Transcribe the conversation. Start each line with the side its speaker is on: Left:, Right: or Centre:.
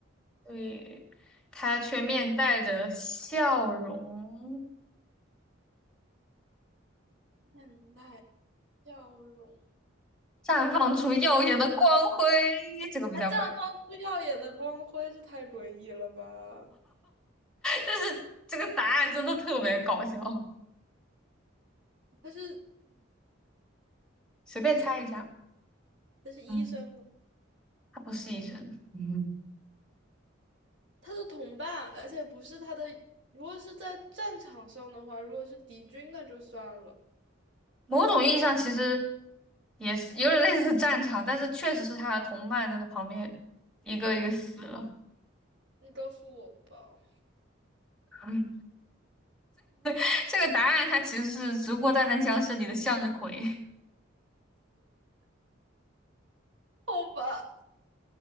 Centre: 对，他却面带着笑容，
Right: 面带笑容。
Centre: 绽放出耀眼的光辉，这个比较关键
Right: 他绽放出耀眼的光辉，这太诡异了吧？
Centre: 但是这个答案真的特别搞笑，
Right: 他是
Centre: 随便猜一下。
Right: 他是医他是医生吗？
Centre: 嗯，他不是医生。嗯，
Right: 他的同伴，而且不是他的。如果是在战场上的话，如果是敌军，那就算了。
Centre: 某种意义上，其实也是有点类似战场，但是确实是他的同伴在他旁边一个一个死了。
Right: 嗯，你告诉我吧。
Centre: 嗯 <laughs> 这个答案它其实是《植物大战僵尸》里的向日葵。
Right: 好吧。